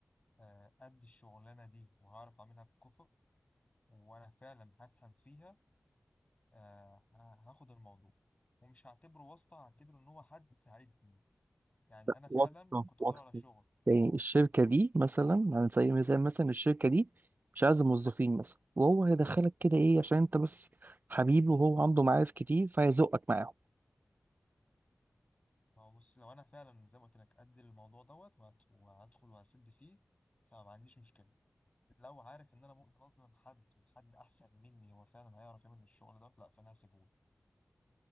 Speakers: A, on the left (about 30°); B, on the right (about 45°).
A: آه، قد الشغلانه دي وهعرف اعملها بكفؤ وانا فعلا هفهم فيها آه، ه- هاخد الموضوع ومش هعتبره واسطه هعتبره ان هو حد ساعدني يعني
B: لا،
A: انا فعلا
B: واسطة
A: كنت
B: واسطة
A: بدور على شغل
B: يعني الشركة دي مثلا على سبيل المثال مثلا الشركة دي مش عايزة موظفين مثلا وهو هيدخلك كده ايه عشان انت بس حبيبي وهو عنده معارف كتير فهيزقك معاهم
A: ما هو بص لو انا فعلا زي ما قلت لك قد الموضوع دوت وهت- وهدخل وهسد فيه فما عنديش مشكله لو عارف ان انا ممكن اظلم حد وحد احسن مني هو فعلا هيعرف يعمل الشغل ده لا فانا هسيبهوله